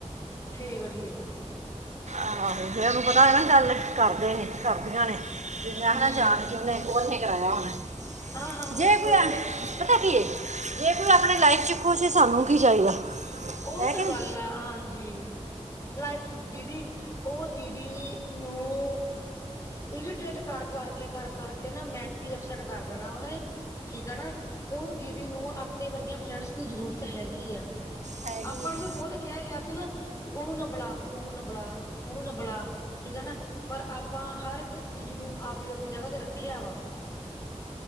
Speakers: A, on the left (about 25°); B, on the right (about 80°).
A: ਠੀਕ ਆ ਠੀਕ ਆ
B: ਆਹੋ ਜੇ ਔਨੂੰ ਪਤਾ ਹੋਏ ਨਾ, ਗੱਲ ਕਰਦੇ ਨੇ ਕਰਦੀਆਂ ਨੇ, ਮੈਂ
A: ਹੂੰ
B: ਨਾ ਜਾਣ ਕਿ ਉਹਨੇ ਔ ਨੇ ਕਰਾਇਆ ਹੋਣਾ,
A: ਹਾਂ ਹਾਂ ਮੈਂ
B: ਜੇ ਕੁ
A: ਵੈਸੇ
B: ਪਤਾ ਕੀ ਹੈ, ਜੇ ਕੋਈ ਆਪਣੀ ਲਾਈਫ ਚ ਖੁਸ਼ ਹੈ, ਸਾਨੂੰ ਕੀ ਚਾਹੀਦਾ
A: ਉਹੀ
B: ਹੈ
A: ਤਾਂ
B: ਕਿ ਨਹੀਂ
A: ਗੱਲ ਆ ਹਾਂਜੀ, ਲਾਈਫ ਇਚ ਦੀਦੀ, ਉਹ ਦੀਦੀ ਨੂੰ ਇਰੀਟੇਟ ਕਰ ਕਰਕੇ ਕਰ ਕਰਕੇ ਨਾ, ਮੈਂਟਲੀ ਅਪਸੈਟ ਕਰ ਦੇਣਾ ਔ ਨੇ। ਠੀਕ ਹੈ ਨਾ, ਉਹਨੂੰ ਦੀਦੀ ਨੂੰ, ਆਪਣੇ ਵਰਗੀਆਂ ਫਰੈਂਡਸ ਦੀ ਜ਼ਰੂਰਤ ਹੈਗੀ ਐ।
B: ਹੈਗੀ
A: ਆਪਾਂ
B: ਹੈ
A: ਨੂੰ ਵੀ ਬਹੁਤ ਕਿਹਾ ਗਿਆ ਸੀ ਨਾ ਵੀ ਉਹਨੂੰ ਨਾ ਬਲਾ, ਉਹਨੂੰ ਨਾ ਬਲਾ, ਉਹਨੂੰ ਨਾ ਬਲਾ, ਠੀਕ ਹੈ ਨਾ, ਪਰ ਆਪਾਂ ਹਰ ਇੱਕ ਚੀਜ਼ ਨੂੰ, ਆਪਦੀ ਆਪਦੀ ਜਗ੍ਹਾ ਤੇ ਰੱਖਿਆ ਵਾ।